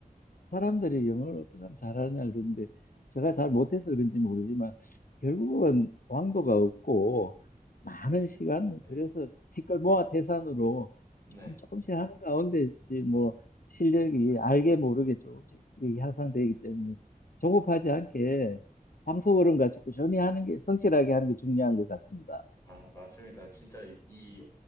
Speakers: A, on the left; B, on the left.
A: 사람들이 영어를 어떻게 하면 잘하냐, 그런데 제가 잘 못해서 그런지 모르지만 결국은 왕도가 없고 많은
B: 맞습니다.
A: 시간을
B: 네.
A: 들래서 티끌 모아 태산으로
B: 네.
A: 조금 조금씩 하는 가운데 이제 뭐 실력이 알게 모르게 조금씩 이게 향상되기 때문에 조급하지 않게 황소걸음 같이 꾸준히 하는 게 성실하게 하는 게 중요한 것 같습니다.
B: 아, 맞습니다. 진짜 이